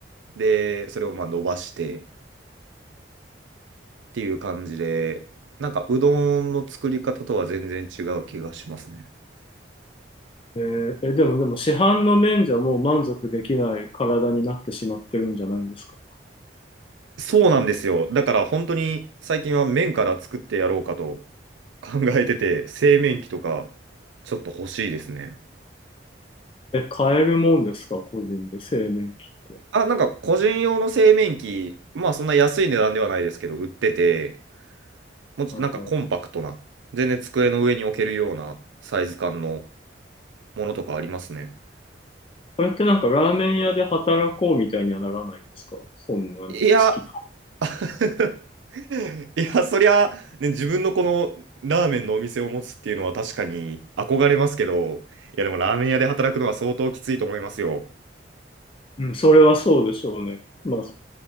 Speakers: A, on the right; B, on the left.
A: で、それをまあ伸ばしてっていう感じで、なんかうどんの作り方とは全然違う気がしますね。
B: えーえ、でもでも市販の麺じゃもう満足できない体になってしまってるんじゃないんですか。
A: そうなんですよ。だから本当に最近は麺から作ってやろうかと考えてて、製麺機とかちょっと欲しいですね。
B: え、買えるもんですか、個人で、製麺機って。
A: あ、なんか個人用の製麺機、まあそんな安い値段ではないですけど、売ってて、もうちょっとなんかコンパクトな、
B: はいはい。
A: 全然机の上に置けるようなサイズ感のものとかありますね。
B: それってなんかラーメン屋で働こうみたいにはならないんですかそんなに好き。
A: いや、<laughs> <laughs> いや、そりゃ、ね、自分のこのラーメンのお店を持つっていうのは確かに憧れますけど、いや、でもラーメン屋で働くのは相当きついと思いますよ。
B: うん、それはそうでしょうね。まあ、